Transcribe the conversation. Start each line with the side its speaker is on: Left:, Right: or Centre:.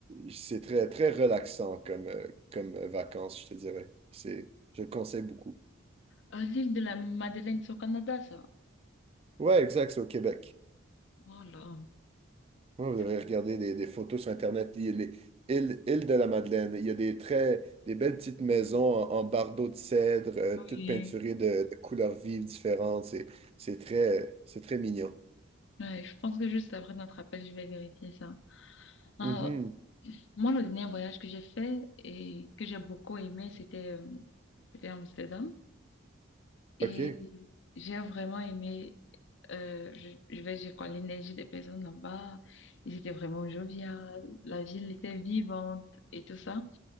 Right: c'est très, très relaxant comme, euh, comme vacances, je te dirais. C'est, je le conseille beaucoup.
Left: Ah, l'île de la Madeleine, c'est au Canada, ça.
Right: Ouais, exact, c'est au Québec.
Left: Oh là.
Right: Ouais,
Left: c'est-
Right: vous devrez regarder des, des photos sur Internet, les, les îles, îles de la Madeleine. Il y a des très, des belles petites maisons en, en bardeaux de cèdre, euh,
Left: Oui.
Right: toutes peinturées de, de couleurs vives différentes. C'est, c'est très, c'est très mignon.
Left: Ouais, je pense que juste après notre appel, je vais vérifier ça. Ah,
Right: Mhm.
Left: moi, le dernier voyage que j'ai fait et que j'ai beaucoup aimé, c'était euh, c'était Amsterdam. Et
Right: OK.
Left: j'ai vraiment aimé, euh, je, je vais dire quoi, l'énergie des personnes là-bas. Ils étaient vraiment joviales, la ville était vivante et tout ça.